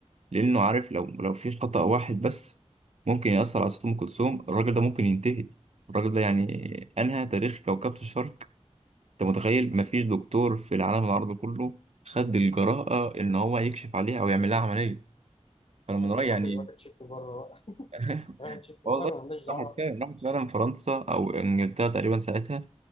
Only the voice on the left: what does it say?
ايوه
روح روح تشوف بره بقى <laughs>
روح تشوف
بره مالناش دعوه